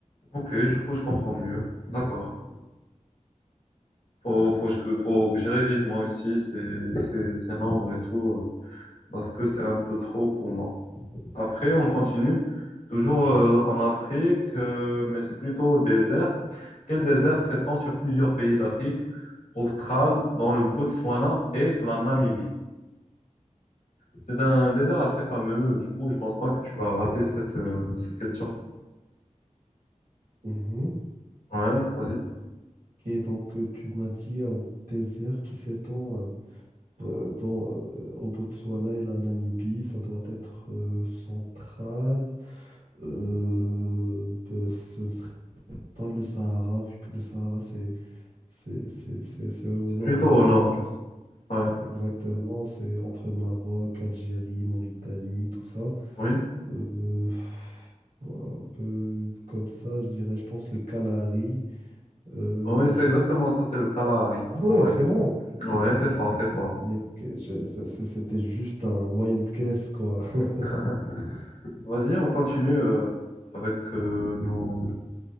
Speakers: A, on the left; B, on the right.
A: Ok, du coup, je comprends mieux. D'accord. Faut, faut, que- faut que je révise moi aussi ces, ces, ces nombres et tout, euh, parce que c'est un peu trop pour moi. Après, on continue toujours
B: Mhm.
A: euh, en Afrique, euh, mais c'est plutôt au désert. Quel désert s'étend sur plusieurs pays d'Afrique australe, dans le Botswana et la Namibie? C'est un désert assez fameux, du coup, je pense pas que tu vas rater cette, euh, cette question.
B: Mhm.
A: Ouais, vas-y.
B: Ok, donc euh, tu m'as dit un désert qui s'étend euh, euh, dans, euh, au Botswana et la Namibie, ça doit être euh, central. Euh, ben, ce ne serait pas le Sahara, vu que le Sahara c'est c'est- c'est- c'est- c'est au
A: C'est
B: nord
A: plutôt
B: de l'Afrique.
A: au nord.
B: et ça,
A: Ouais,
B: Exactement, c'est entre Maroc, Algérie, Mauritanie, tout ça.
A: oui.
B: Euh, euh, Ouah, ben, comme ça, je dirais, je pense le Kalahari. euh,
A: Oui, c'est
B: je
A: exactement
B: pense-
A: ça, c'est le Kalahari.
B: Ah ouais,
A: Ouais,
B: c'est bon.
A: ouais, t'es fort, t'es fort.
B: Mais je- c- c- c'était juste un wild guess, quoi. <laughs>
A: <laughs> Vas-y, on continue euh, avec euh, nos